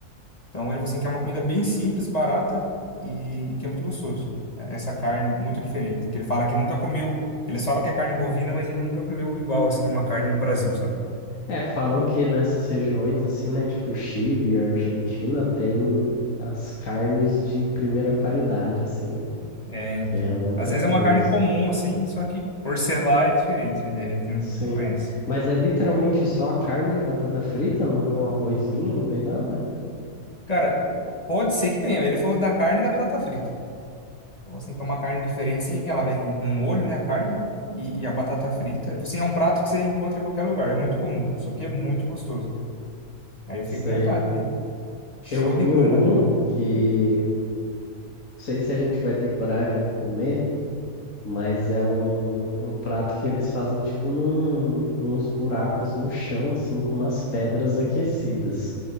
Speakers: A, on the left (about 25°); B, on the left (about 60°).
A: Então ele falou assim que é uma comida bem simples, barata e, e que é muito gostoso. É- Essa carne muito diferente. Que ele fala que nunca comeu. Eles falam que é carne bovina, mas ele nunca comeu igual assim uma carne no Brasil, sabe?
B: É, falam que nessas regiões, assim, né, tipo Chile, e Argentina, tem as carnes de primeira qualidade, assim, né,
A: É, então.
B: que é outra
A: Às vezes é uma
B: coisa.
A: carne comum assim, só que por ser lá é diferente, né? A gente não,
B: Sim,
A: não conhece.
B: mas é literalmente só a carne e a batata frita, não vê um arrozinho, não vê nada?
A: Cara, pode ser que venha. Ele falou da carne e da batata frita. Falou assim que é uma carne diferente, sim. Ela vem com molho, né? A carne e, e a batata frita. Ele falou assim, é um prato que você encontra em qualquer lugar. É muito comum, só que é muito gostoso. Aí eu fiquei
B: Sei.
A: com vontade. Chorrilana
B: Eu vi um
A: é o nome.
B: que, não sei se a gente vai ter coragem de comer, mas é um, um prato que eles fazem, tipo, num, nos buracos no chão, assim, com umas pedras aquecidas.